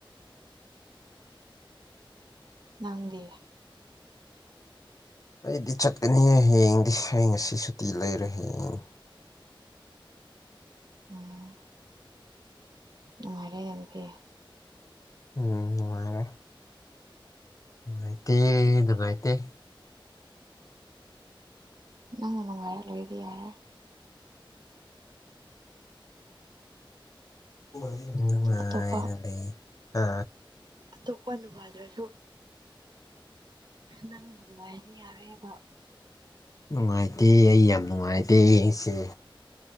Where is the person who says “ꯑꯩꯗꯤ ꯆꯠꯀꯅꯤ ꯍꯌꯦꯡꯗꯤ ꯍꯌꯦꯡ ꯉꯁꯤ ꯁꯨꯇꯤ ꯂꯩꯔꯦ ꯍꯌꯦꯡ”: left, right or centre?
Left